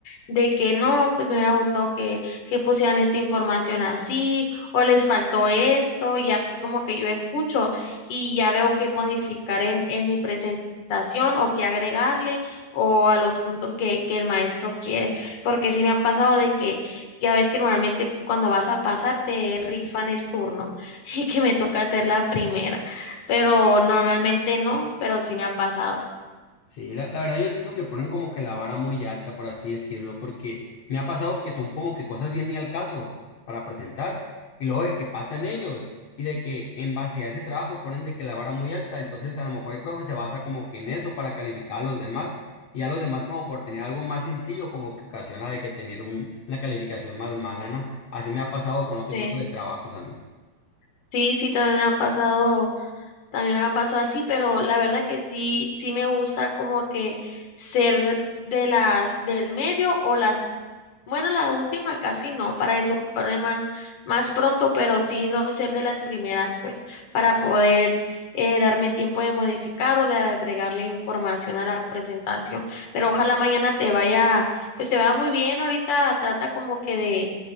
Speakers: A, on the left; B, on the left.
A: de que no, pues me hubiera gustado que, que pusieran esta información así o les faltó esto y así como que yo escucho y ya veo qué modificar en, en mi presentación o qué agregarle o a los puntos que, que el maestro quiere porque sí me ha pasado de que ya ves que normalmente cuando vas a pasar te rifan el turno <laughs> y que me toca hacer la primera, pero normalmente no, pero sí me ha pasado.
B: Sí, la, la verdad yo siento que ponen como que la vara muy alta, por así decirlo, porque me ha pasado que son como que cosas bien ni al caso para presentar, y luego de que pasan ellos, y de que en base a ese trabajo ponen de que la vara muy alta, entonces a lo mejor el profe se basa como que en eso para calificar a los demás, y a los demás como por tener algo más sencillo, como que ocasiona de que tener un- una calificación más mala, ¿no? Así me ha pasado con otro
A: Sí,
B: tipo de trabajos a mí.
A: sí, sí, también me ha pasado También me ha pasado así, pero la verdad que sí, sí me gusta como que ser de las del medio o las, bueno, la última casi no, para desocuparme más, más pronto, pero sí no ser de las primeras, pues, para poder eh, darme tiempo de modificar o de agregarle información a la presentación. Pero ojalá mañana te vaya, pues te va muy bien. Ahorita trata como que de